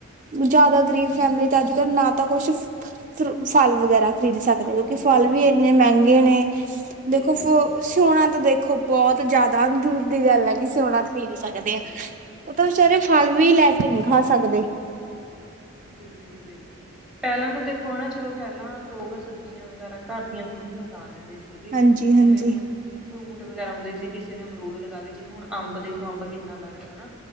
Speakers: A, on the right; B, in the centre.
A: ਜਾਦਾ ਗ਼ਰੀਬ ਫੈਮਿਲੀ ਤੇ ਅੱਜ ਕੱਲ ਨਾ ਤਾਂ ਕੁੱਛ ਫ ਫਲ ਵਗੈਰਾ ਖਰੀਦ ਸਕਦੇ
B: ਹਾਂਜੀ
A: ਕਿਉਂਕਿ ਫਲ
B: ਹਾਂਜੀ
A: ਵੀ ਇੰਨੇ ਮਹਿੰਗੇ ਨੇ
B: ਸਹੀ
A: ਦੇਖੋ
B: ਗੱਲ ਹੈ
A: ਸੋਣਾ ਤਾਂ ਦੇਖ ਖੂ ਬਹੁਤ ਜ਼ਿਆਦਾ ਦੂਰ ਦੀ ਗੱਲ ਆ ਕਿ ਸਿਉਨਾ ਖਰੀਦ ਸਕਦੇ
B: ਹਾਂਜੀ
A: ਆ ਉਹ ਤਾਂ ਵਿਚਾਰੇ
B: ਹਾਂ
A: ਫਲ ਵੀ, ਲੈਕੇ ਨਹੀਂ ਖਾ ਸਕਦੇ।
B: ਬਿਲਕੁਲ-ਬਿਲਕੁਲ ਪਹਿਲਾਂ ਤਾਂ ਦੇਖੋ, ਹਨਾ ਚਲੋ ਪਹਿਲਾਂ ਲੋਕ ਸਬਜ਼ੀਆਂ ਵਗੈਰਾ ਘਰ ਦੀਆਂ ਖ ਦੁੱਧ ਲਗਾ ਲੈਂਦੇ ਸੀਗੇ,
A: ਹਾਂਜੀ ਹਾਂਜੀ
B: ਜਿਵੇਂ ਹੁਣ ਫਰੂਟ ਵਗੈਰਾ ਹੁੰਦੇ ਸੀ ਕਿਸੇ ਨੇ ਅਮਰੂਦ ਲਗਾ ਲਏ, ਜਿਵੇਂ ਹੁਣ ਅੰਬ ਦੇਖੋ, ਅੰਬ ਕਿੰਨਾ ਲੱਗਦਾ ਨਾ